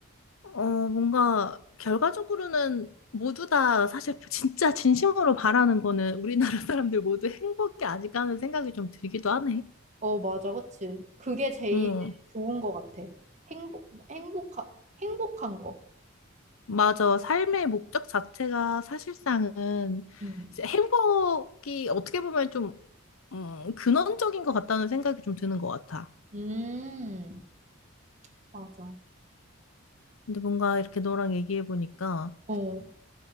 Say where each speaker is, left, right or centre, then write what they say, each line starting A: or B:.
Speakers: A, on the left (about 75°); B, on the right (about 35°).
A: 어, 뭔가 결과적으로는 모두 다 사실 <laughs> 진짜 진심으로 바라는 거는 우리나라 <laughs> 사람들 모두 행복이 아닐까 하는 생각이 좀 들기도 하네.
B: 어, 맞아, 그치. 그게 제일
A: 응,
B: 좋은 것 같아. 행복, 행복한, 행복한 거.
A: 맞아. 삶의 목적 자체가 사실상은
B: 음,
A: 이제 행복이 어떻게 보면 좀 음, 근원적인 것 같다는 생각이 좀 드는 것 같아.
B: 음, 맞아.
A: 근데 뭔가 이렇게 너랑 얘기해 보니까
B: 어,